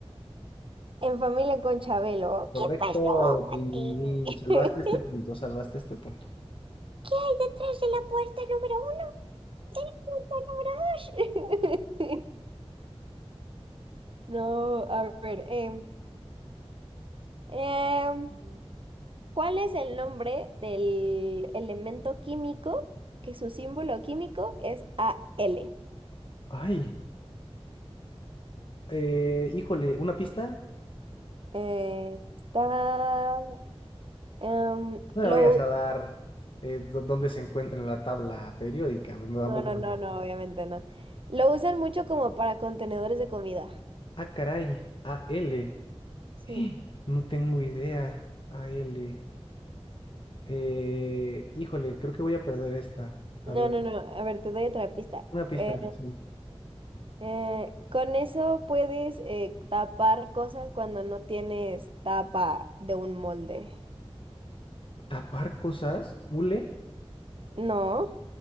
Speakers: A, on the right (about 55°); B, on the left (about 55°).
A: En familia con Chabelo.
B: Correcto,
A: ¿Qué pasó, Mati?
B: din, din, din.
A: <laughs>
B: Salvaste
A: ¿Qué
B: este punto, salvaste este punto.
A: hay detrás de la puerta número uno, puerta número dos? <laughs> No, a ver. em, em, ¿cuál es el nombre del elemento químico que su símbolo químico es AL?
B: Ay, eh, híjole, una pista.
A: Eh, está... em,
B: No me
A: lo,
B: vayas a dar eh, do- dónde se encuentra en la tabla periódica. No, tampoco.
A: no, no,
B: me-
A: no, no, obviamente no. Lo usan mucho como para contenedores de comida.
B: Ah, caray, A L.
A: Sí.
B: <gasps> No tengo idea. AL. Eh, híjole, creo que voy a perder esta. A
A: No,
B: ver,
A: no, no. A ver, te doy otra pista.
B: una pista,
A: Eh,
B: sí.
A: eh, con eso puedes eh, tapar cosas cuando no tienes tapa de un molde.
B: Tapar cosas, hule.
A: No,